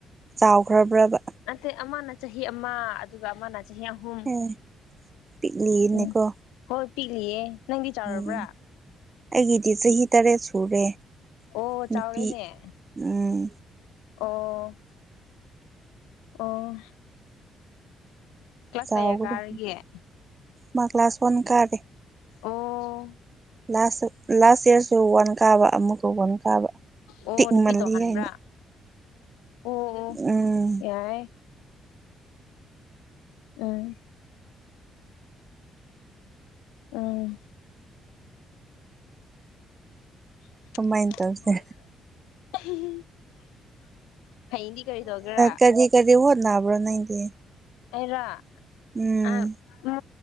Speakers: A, on the right; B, on the left.
A: ꯆꯥꯎꯈ꯭ꯔꯕ꯭ꯔꯕ
B: ꯅꯠꯇꯦ ꯑꯃꯅ ꯆꯍꯤ ꯑꯃ ꯑꯗꯨꯒ ꯑꯃꯅ ꯆꯍꯤ ꯍꯨꯝ
A: ꯎꯝ ꯄꯤꯛꯂꯤꯅꯦꯀꯣ
B: ꯎꯝ ꯍꯣꯏ ꯄꯤꯛꯂꯤꯌꯦ ꯅꯪꯗꯤ ꯆꯥꯎꯔꯕ꯭ꯔꯥ
A: ꯎꯝ ꯑꯩꯒꯤꯗꯤ ꯆꯍꯤ ꯇꯔꯦꯠ ꯁꯨꯔꯦ
B: ꯑꯣ
A: ꯅꯨꯄꯤ
B: ꯆꯥꯎꯔꯦꯅꯦ
A: ꯎꯝ
B: ꯑꯣ ꯑꯣ ꯀ꯭ꯂꯥꯁ
A: ꯌꯥꯎꯒꯗꯦ
B: ꯀꯌꯥ ꯀꯥꯔꯒꯦ
A: ꯃꯥ ꯀ꯭ꯂ ꯀ꯭ꯂꯥꯁ ꯐꯣꯟꯟ ꯀꯥꯗꯦ
B: ꯑꯣ
A: ꯂꯥꯁ ꯂꯥꯁ ꯏꯌꯥꯔꯁꯨ ꯋꯥꯟ ꯀꯥꯕ ꯑꯃꯨꯛꯀ ꯋꯥꯟ ꯀꯥꯕ
B: ꯑꯣ
A: ꯄꯤꯛꯃꯜꯂꯤ
B: ꯔꯄꯤ ꯇꯧꯍꯟꯕ꯭ꯔꯥ
A: ꯍꯥꯏꯅ
B: ꯑꯣ ꯑꯣ
A: ꯎꯝ
B: ꯌꯥꯔꯦ ꯎꯝ ꯎꯝ <unintelligible>
A: ꯀꯃꯥꯏꯅ ꯇꯧꯁꯦ
B: ꯐꯩꯗꯤ ꯀꯔꯤ ꯇꯧꯒꯔꯥ
A: ꯀꯔꯤ ꯀꯔꯤ ꯍꯣꯠꯅꯕ꯭ꯔꯣ ꯅꯪꯗꯤ
B: ꯔ
A: ꯎꯝ
B: ꯑ ꯃ